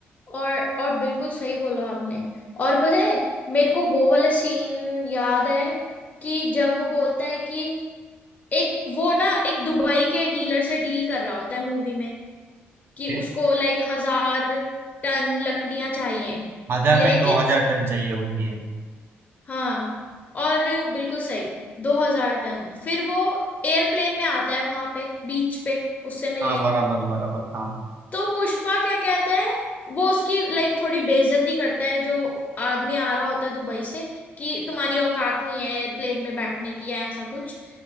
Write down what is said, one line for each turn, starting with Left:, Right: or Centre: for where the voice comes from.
Left: और और बिल्कुल सही बोला आपने और पता है मेरे को वो वाला सीन याद है कि जब वो बोलता है कि एक वो ना एक दुबई के डीलर से डील कर रहा होता है मूवी में कि
Right: ओके
Left: उसको लाइक हजार टन लकड़ियां चाहिए
Right: हजार
Left: लेकिन
Right: नहीं दो हजार टन चाहिए होती है
Left: हाँ और बिल्कुल सही दो हजार टन फिर वो एयरप्लेन में आता है वहां पे बीच पे उससे मिलने
Right: हाँ बराबर बराबर हाँ
Left: तो पुष्पा क्या कहता है वो उसकी लाइक थोड़ी बेइज्जती करता है जो आदमी आ रहा होता है दुबई से कि तुम्हारी औकात नहीं है एयरप्लेन में बैठने की या ऐसा कुछ